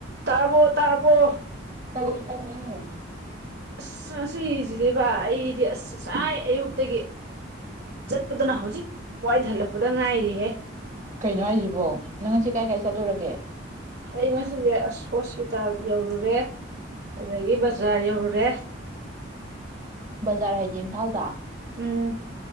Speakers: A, on the right; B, on the right.
A: ꯇꯔꯕꯣ ꯇꯔꯕꯣ
B: ꯇꯩꯌꯦ ꯇꯩꯌꯦ <inaudible>
A: ꯑꯁ ꯉꯁꯤꯁꯤꯖꯤꯗꯤꯕꯥ ꯑꯩꯗꯤ ꯑꯁ ꯉꯁꯥꯏ ꯑꯌꯨꯛꯇꯒꯤ ꯆꯠꯄꯗꯨꯅ ꯍꯧꯖꯤꯛ ꯋꯥꯏ ꯍꯜꯂꯛꯄꯗ ꯉꯥꯏꯔꯤꯍꯦ
B: ꯀꯩꯅꯣ ꯍꯥꯏꯁꯤꯕꯣ ꯅꯪ ꯉꯁꯤ ꯀꯥꯏ ꯀꯥꯏ ꯆꯠꯂꯨꯔꯒꯦ
A: ꯑꯩ ꯉꯁꯤꯁꯦ ꯑꯁ ꯍꯣꯁꯄꯤꯇꯥꯜ ꯌꯧꯔꯨꯔꯦ ꯑꯗꯒꯤ ꯕꯖꯥꯔ ꯌꯧꯔꯨꯔꯦ
B: ꯕꯖꯥꯔ ꯍꯥꯏꯗꯤ ꯏꯝꯐꯥꯜꯗꯣ
A: ꯎꯝ